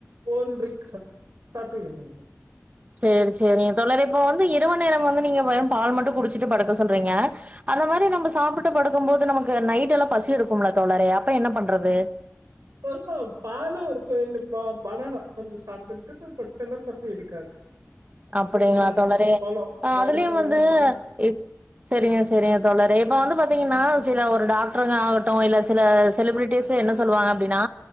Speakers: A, on the right; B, on the right.
A: ஓன்றைக்கு சாப் சாப்டுடுங்க
B: சேரி சேரி தோழரே இப்ப வந்து இரவு நேரம் வந்து நீங்க வெறு பால் மட்டும் குடிச்சுட்டு படுக்க சொல்றீங்க அந்த மாரி நம்ம சாப்ட்டு படுக்கும் போது நமக்கு நைட்டெலா பசி எடுக்கும்ல தோழரே அப்ப என்ன பண்றது
A: பொதுவா பாலெல்லா ஒரு ரெண்டு ப பணணா கொஞ்ச சாப்ட்டுட்டு பத்தனா பசி எடுக்காது
B: அப்படிங்களா
A: ஒரு பனானா
B: தோழறே
A: பழோ
B: அ
A: வாழைப்பழோ
B: அதுலயும் வந்து
A: ப
B: இப் செரிங்க செரிங்க தோழரே இப்ப வந்து பாத்தீங்கன்னா சில ஒரு டாக்டருங்க ஆகட்டும் இல்ல சில செலிபிரிட்டீஸ்சு என்ன சொல்லுவாங்க அப்படின்னா